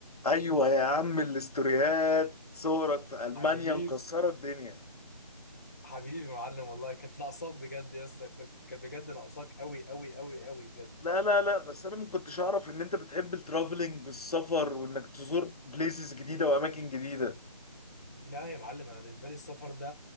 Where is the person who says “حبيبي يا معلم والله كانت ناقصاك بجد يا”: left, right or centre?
Left